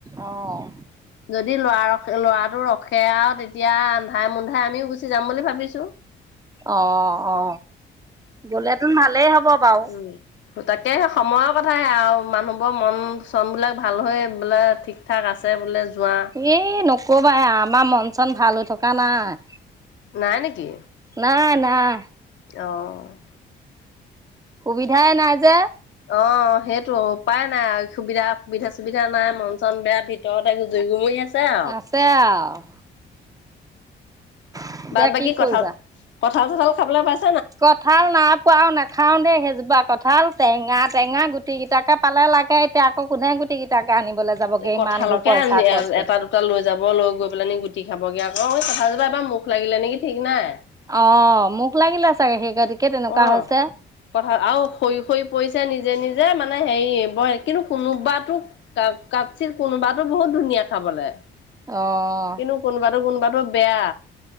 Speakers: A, on the right; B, on the left.
A: অ',
B: যদি লৰা লৰা আৰু ৰখে আৰু তেতিয়া আন্ধাই মুন্ধাই আমিও গুচি যাম বুলি ভাবিছো।
A: অ অ গলে টো ভালেই হ'ব। বাৰু।
B: উম দুটাত তাকে সময়ৰ কথাহে আৰু মানুহবোৰৰ মন চনবিলাক ভাল হৈ বোলে ঠিক ঠাক আছে বোলে। যোৱা
A: এ নকবা আমাৰ মন চন ভাল হৈ থকা নাই?
B: নাই নেকি?
A: নাই, নাই।
B: অহ
A: সুবিধাই নাই যে
B: অ সেইটো উপায় নাই আৰু সুবিধা সুবিধা ছুবিধা নাই মন চন বেয়া ভিতৰতেজুৰি গুমুৰি আছে। হৈছে আও
A: আছে আৰু এতিয়া
B: বাত বাকী
A: কি কৰিবা।
B: কথা কঠাল চঠাল খাবলৈ পাইছে
A: কঁঠাল নাইপোৱাও নাখাও দেই সেইজোপা কঁঠাল টেঙা টেঙা গুটি গিটাকে পালে লাগে এতিয়া আকৌ কোনে গুটি কেইটাকে আনিবলৈ যাবগে
B: এ কঠালকে
A: ইমান দূৰ পইচা খৰচ কৰি।
B: এটা দুটা লৈ যাব লৈ গৈ পেলাই নি গুটি খাবগে। অ মই কথা যাবা এবাৰ মুখ লাগিলে নেকি ঠিক নাই।
A: অ মোক লাগিলে চাগে সেই। গতিকে তেনেকুৱা
B: অ
A: হৈছে
B: কথা আৰু খহি খহি পৰিছে নিজে নিজে মানে হেৰি কিন্তু কোনোবাতো ক কাপচ কোনোবাতো বহুত ধুনীয়া ধুনীয়া খাবলে কিন্তু
A: অ'।
B: কোনোবাতো কোনোবাতো বেয়া।